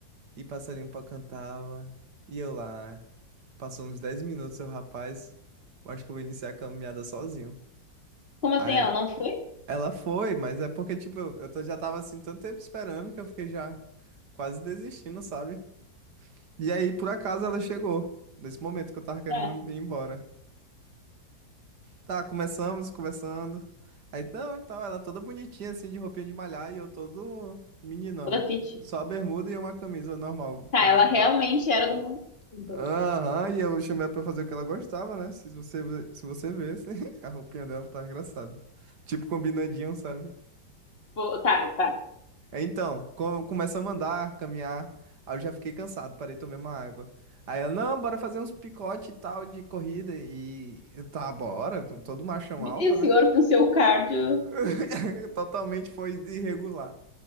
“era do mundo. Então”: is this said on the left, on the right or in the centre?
Left